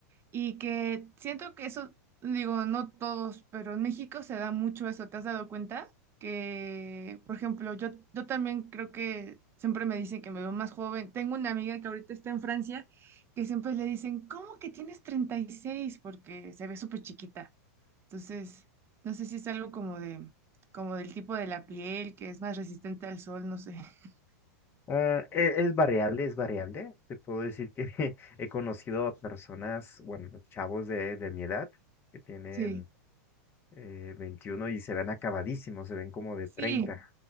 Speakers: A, on the right; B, on the left.
A: Y que siento que eso, digo, no todos, pero en México se da mucho eso. ¿Te has dado cuenta? Que, por ejemplo, yo, yo también creo que siempre me dicen que me veo más joven. Tengo una amiga que ahorita está en Francia, que siempre le dicen, ¿cómo que tienes treinta y seis Porque se ve súper chiquita. Entonces, no sé si es algo como de, como del tipo de la piel, que es más resistente al sol, no sé. <laughs>
B: Ah, e- es, variable, es variable. Te puedo decir que <laughs> he conocido a personas, bueno, chavos de, de mi edad que tienen
A: Sí,
B: eh, 21 y se ven acabadísimos, se ven como de
A: sí,
B: treinta